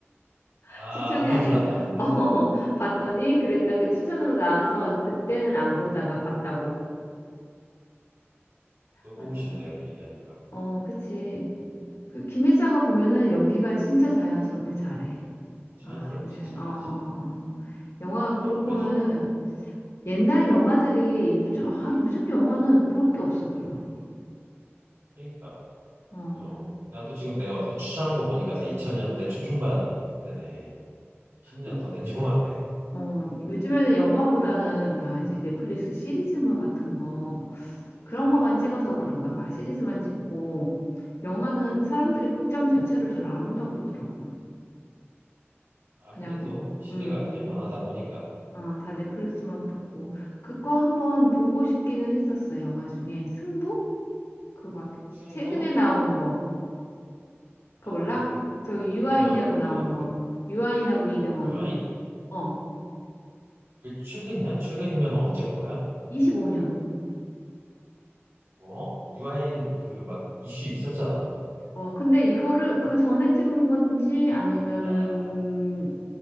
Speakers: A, on the left; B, on the right.
A: <laughs>
B: 아,
A: 추천이
B: <laughs> 봤나,
A: 아니라
B: 봤는데?
A: <laughs> 어 봤더니
B: 어,
A: 그랬다 그 추천으로 나와서 그때는 안 보다가 봤다고
B: 또 보고
A: 맞아
B: 싶네, 이렇게 얘기하니까.
A: 어 그치
B: 음,
A: 그 김혜자가 보면은 연기가 진짜 자연스럽게 잘해
B: 자연스럽지,
A: 아 이제
B: 잘하지.
A: 어 어, 어. 영화
B: 워낙
A: 그러고
B: 오래전부터.
A: 보면은 옛날 영화들이 요즘 아 요즘 영화는 볼 게 없어 별로
B: 그러니까,
A: 어,
B: 어, 나도 지금 내가 어떻게 추천한 거 보니까 다 2000년대 초중반 그때네. 10년
A: 요-
B: 더 된 영화네.
A: 어, 요즘에는 영화보다는 다 이제 넷플릭스 시리즈물 같은 거
B: 그치,
A: 그런
B: 시리즈물이고.
A: 거만 찍어서 그런가 봐. 시리즈만 찍고 영화는 사람들이
B: 음,
A: 극장 자체를 잘 안 온다 그러더라고.
B: 아무래도
A: 그냥
B: 시대가
A: 음,
B: 그렇게 변하다 보니까.
A: 어,
B: 어,
A: 다 넷플릭스만 보고 그거 한번
B: 음,
A: 보고
B: 음.
A: 싶기는 했었어. 영화 중에 승부? 그 막
B: 승부?
A: 최근에 나온 거 그거
B: 아,
A: 몰라? 저기
B: 이거
A: 유아인이하고
B: 누구나, 누구나
A: 나온
B: 하는
A: 거
B: 거야?
A: 유아인하고 이병헌
B: 유아인?
A: 어
B: 그 최근이야? 최근이면 언제 거야?
A: 25년
B: 어? 유아인 그 막 이슈 있었잖아.
A: 어, 근데 이거를 그 전에 찍은 건지 아니면은
B: 아,